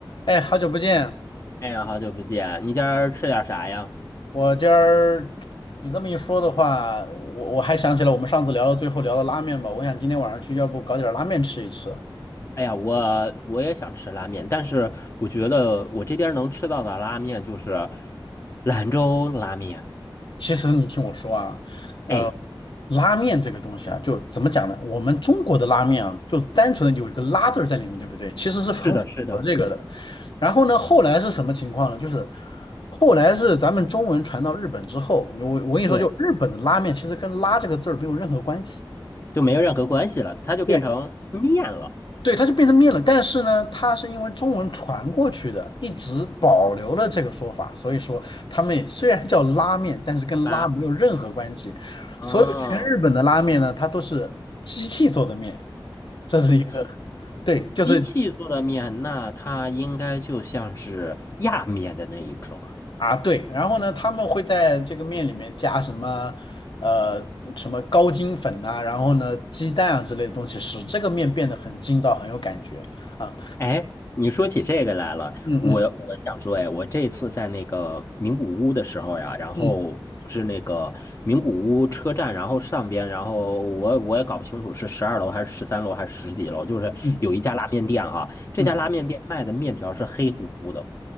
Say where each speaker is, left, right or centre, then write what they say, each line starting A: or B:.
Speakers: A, on the left (about 70°); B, on the left (about 35°).
A: 哎，好久不见！
B: 哎呀，好久不见！你今儿吃点啥呀？
A: 我今儿你这么一说的话，我我还想起来我们上次聊到最后聊到拉面吧。我想今天晚上去，要不搞点拉面吃一吃。
B: 哎呀，我我也想吃拉面，但是我觉得我这边能吃到的拉面就是兰州拉面。
A: 其实你听我说啊，呃，
B: 哎，
A: 拉面这个东西啊，就怎么讲呢？我们中国的拉面啊，就单纯的有一个拉字儿在里面，对不对？其实是很符合这个的。
B: 是的，是的，
A: 然后呢，后来是什么情况呢？就是后来是咱们中文传到日本之后，我我跟你说，
B: 对，
A: 就日本的拉面其实跟拉这个字儿没有任何关系。
B: 就没有任何关系了，它就变成面了。
A: 对。对，它就变成面了。但是呢，它是因为中文传过去的，一直保留了这个说法，所以说他们也虽然叫拉面，但是跟拉没有任何关系。
B: 拉，啊，
A: 所有全日本的拉面呢，它都是机器做的面，这是一个
B: 机器
A: 对，就是
B: 机器做的面，那它应该就像是压面的那一种。
A: 啊对。然后呢，他们会在这个面里面加什么呃什么高筋粉呐、然后呢鸡蛋啊之类的东西，使这个面变得很筋道，很有感觉啊。
B: 哎，你说起这个来了，
A: 嗯嗯
B: 我我想说，哎，我这次在那个名古屋的时候呀，然后就是那个名古屋车站，
A: 嗯
B: 然后上边，然后我我也搞不清楚是十二楼还是十三楼还是十几楼，就是有一家拉面店哈，
A: 嗯
B: 这家拉面店卖的面条是黑乎乎的，
A: 嗯，